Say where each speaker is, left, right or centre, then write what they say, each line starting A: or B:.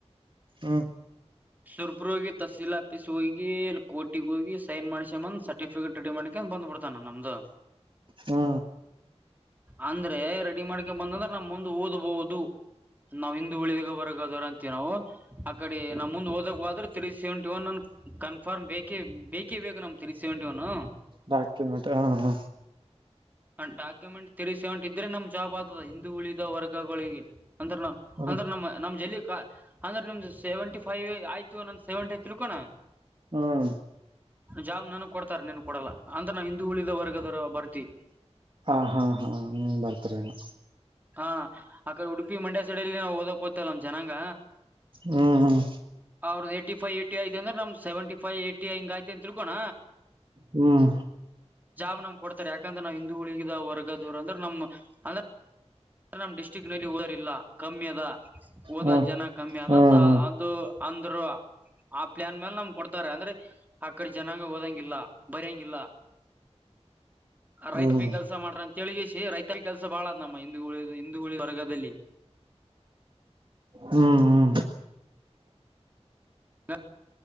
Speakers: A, on the right; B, on the right.
A: ಹಾ
B: <inaudible> ಸುರ್ಪು ಹೋಗ ತಹಸೀಲ್ ಆಫೀಸ್ ಹೋಗಿಲ್ಲಿ ಕೋಟಿಗ್ ಹೋಗಿ ಸೈನ್ ಮಾಡ್ಸ್ಯಂದ್ ಸರ್ಟಿಫಿಕೇಟ್ ರೆಡಿ ಮಾಡ ಯಾಕ ಬಂದ್ಬಿಡ್ತಾನ ನಮ್ದು.
A: ಹಾ
B: ಅಂದ್ರೆ ರೆಡಿ ಮಾಡ್ಕೊಂಡ ಬಂದಂದ್ರೆ ನಮ ಮುಂದ ಓದ್ಬೋದು. ನಾವು ಹಂದು ಉಳಿದಾಗ ಬರಗ ಅದರ ಅಂತೀವಿ ನಾವು. ಆ ಕಡೀ ನಾ ಮುಂದ್ ಓದಕ್ವಾದ್ರ ತ್ರೀ ಸೆವೆಂಟಿ ಒನ್ ನನ್ ಕನ್ಫರ್ಮ್ ಬೇಕೇ ಬೇಕೇ ಬೇಕು ನಮ್ ತ್ರಿ ಸೆವೆಂಟಿ ಒನ್ನು.
A: ಡಾಕ್ಯುಮೆಂಟ್ ಹಾ ಹಾ.
B: ಅ ಡಾಕ್ಯುಮೆಂಟ್ ತಿರಿಸೆವೆಂಟ್ ಇದ್ರೆ ನಮ್ ಜಾಬ್ ಆತದ ಹಿಂದು ಉಳಿದ ವರ್ಗಗಳಿಗೆ ಅಂದ್ರ ನಾವು
A: ಹ್ಮ್
B: ಅಂದ್ರ ನಮ್ಮ್ ನಮ್ ಜಲ್ಲಿ ಕಾ ಅಂದ್ರ ನಿಮ್ದು ಸೆವೆಂಟಿ ಫೈವ್ ಆಯ್ತು ನಂದ ಸೆವೆಂಟಿ ಆಯತ ತಿಳ್ಕೋಣ.
A: ಹ್ಮ
B: ಜಾಮ್ ನನಗ್ ಕೊಡ್ತಾರ ನೀನ್ ಕೊಡಲ್ಲಾ ಅಂದ್ರ ನಾ ಹಿಂದೂ ಉಳಿದ ವರ್ಗದ ಬರ್ತಿ
A: ಹಾ ಹಾ ಹಾ ಹ್ಮ ಬರ್ತರಿ.
B: ಹಾ ಆ ಕಡೆ ಉಡುಪಿ ಮಂಡ್ಯ ಸೈಡಲ್ಲಿ ನಾವು ಓದಕೋತಿವೆಲ್ಲ ನಮ್ ಜನಾಂಗ.
A: ಹ್ಮ್ ಹ್ಮ
B: ಅವ್ರದ್ದ ಏಟಿಫೈ ಏಟಿ ಆಯ್ದಂದ್ರ ನಮ್ ಸೆವೆಂಟಿ ಫೈ ಏಟಿ ಹಿಂಗಾಯ್ತಂತ ತಿಳ್ಕೋಣ.
A: ಹ್ಮ್
B: ಜಾಬ್ ನಮ್ ಕೊಡ್ತಾರೆ ಯಾಕಂದ್ರೆ ನಾವು ಹಿಂದು ಉಳಿಗದ ವರ್ಗದವರುಂದ್ರ ನಮ್ ಅಂದ್ರ ಅಂದ್ರ ನಮ್ಮ್ ಡಿಸ್ಟ್ರಿಕ್ ನಲ್ಲಿ ಓಯೋರಿಲ್ಲ ಕಮ್ಮಿ ಅದ ಓದ
A: ಹ್ಮ್
B: ಜನ ಕಮ್ಮಿ ಅದ
A: ಹ್ಮ್ ಹ್ಮ್
B: ಅಂತ ಅದು ಅಂದ್ರು ಆ ಪ್ಲಾನ್ ಮೇಲೆ ನಮ್ ಕೊಡ್ತಾರೆ ಅಂದ್ರೆ ಆಕಡೆ ಜನಾಂಗ ಓದಂಗಿಲ್ಲ. ಬರೆಂಗಿಲ್ಲ ರೈತ
A: ಹ್ಮ್
B: ಬಿ ಕೆಲ್ಸ ಮಾಡ್ರ ಅಂತ ಹೇಳಗಿಸಿ ರೈತರಿ ಕೆಲ್ಸ ಬಾಳ ನಮ್ಮ ಹಿಂದುಳಿದು ಹಿಂದ ವರ್ಗದಲ್ಲಿ
A: ಹ್ಮ್ ಹ್ಮ್
B: ಹಾ